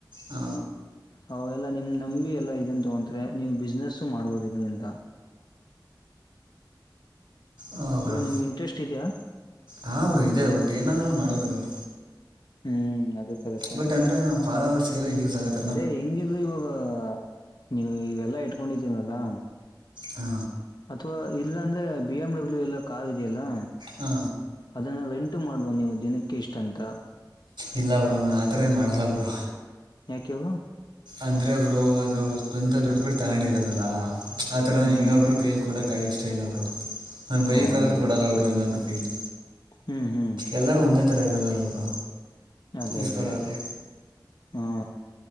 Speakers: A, on the right; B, on the left.
A: ಆ
B: ಅವು ಎಲ್ಲಾ ನಿಮ್ ನಂಬಿ ಎಲ್ಲಾ ಇದನ್ನ ತೊಗಂತಾರೆ ನೀವು ಬಿಸ್ನೆಸ್ ಮಾಡ್ಬೋದು ಇದರಿಂದ
A: ಹ ಬ್ರೋ
B: ನಿಮ್ಗೆ ಇಂಟ್ರೆಸ್ಟ್ ಇದೆಯಾ
A: ಹಾ ಬ್ರೋ ಇದೇ ಒಟ್ಟು ಏನಾದ್ರೂ ಒಂದು ಮಾಡ್ಬೇಕಲ್ಲ ಬ್ರೋ
B: ಹ್ಮ್ ಅದು ಕರೆಕ್ಟ್
A: ಬಟ್ ಅಂದ್ರೆ ನಮ್ಮ ಫಾಲೋವರ್ಸ್ ಗೆಲ್ಲ ಯೂಸ್ ಆಗತ್ತೆ
B: ಅದೇ ಹೆಂಗಿದ್ರು ಇವಾಗ ನೀವು ಇವೆಲ್ಲಾ ಇಟ್ಕೊಂಡಿದ್ದೀವಲ್ಲಾ
A: ಹಾ
B: ಅಥವಾ ಇಲ್ಲ ಅಂದ್ರೆ ಬಿ ಎಮ್ ಡಬ್ಲ್ಯೂ ಎಲ್ಲ ಕಾರ್ ಇದೆಯಲ್ಲಾ
A: ಹಾ
B: ಅದನ್ನ ರೆಂಟಗ ಮಾಡ್ ಬನ್ನಿ ದಿನಕ್ಕೆ ಇಷ್ಟ ಅಂತ
A: ಇಲ್ಲ ಬ್ರೋ ನಾನ ಆ ಥರ ಏನ ಮಾಡಲ್ಲ ಬ್ರೋ
B: ಯಾಕೆ ಬ್ರೋ
A: ಅಂದ್ರೆ ಬ್ರೋ ಅದು ಸ್ವಂತ ದುಡ್ಡದ ಬಿಟ್ಟ ತಗಂಡಿರದಲ್ಲಾ ಆ ತರ
B: ಹ್ಮ್ ಹ್ಮ್
A: ಇನ್ನೊಬ್ರು ಕೈಲ್ ಕೂಡಕ್ಕ ಇಷ್ಟ ಇಲ್ಲ ಬ್ರೋ ನನ್ನ ಬೈಕ್
B: ಓ ಹಂಗೆ
A: ಆದರು ಕೊಡಲ್ಲ ಬ್ರೋ ಇನೂಬ್ಬರ ಕೈಲಿ
B: ಹ್ಮ್ ಹ್ಮ್
A: ಎಲ್ಲರೂ ಒಂದೇ ಥರ ಇರಲ್ಲಲ್ಲ ಬ್ರೋ
B: ಅದೇ
A: ಈಸ್ಕೊಳ್ಳೋರು
B: ಅದೇ ಹಾ